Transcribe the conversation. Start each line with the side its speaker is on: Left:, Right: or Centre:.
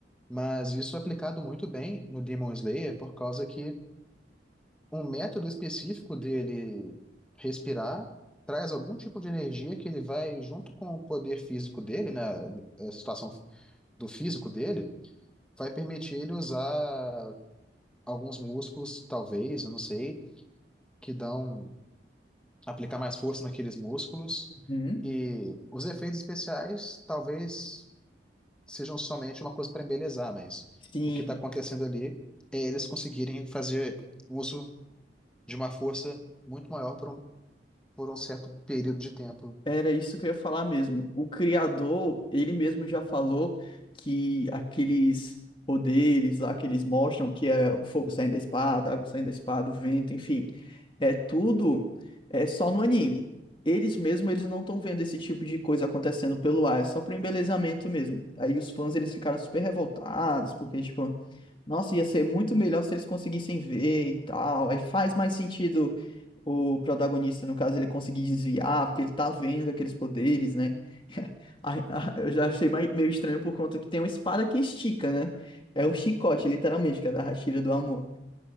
Centre: Mas isso é aplicado muito bem no Demon Slayer por causa que um método específico dele respirar traz algum tipo de energia que ele vai, junto com o poder físico dele, né, a situação do físico dele, vai permitir ele usar alguns músculos, talvez, eu não sei, que dão, aplicar mais força naqueles músculos.
Left: Uhum.
Centre: E os efeitos especiais talvez sejam somente uma coisa para embelezar, mas
Left: Sim,
Centre: o que está acontecendo ali é eles conseguirem fazer uso de uma força muito maior por um por um certo período de tempo.
Left: Era isso que eu ia falar mesmo. O criador, ele mesmo já falou que aqueles poderes lá que eles mostram, que é o fogo saindo da espada, a água saindo da espada, o vento, enfim, é tudo é só no anime. Eles mesmo, eles não estão vendo esse tipo de coisa acontecendo pelo ar, é só para embelezamento mesmo. Aí os fãs, eles ficaram super revoltados, porque tipo, nossa, ia ser muito melhor se eles conseguissem ver e tal. Aí faz mais sentido o protagonista, no caso, ele conseguir desviar, porque ele tá vendo aqueles poderes, né? <laughs> Ai, ah, Eu já achei mai- meio estranho por conta que tem uma espada que estica, né? É um chicote, literalmente, que é da Hashira do Amor.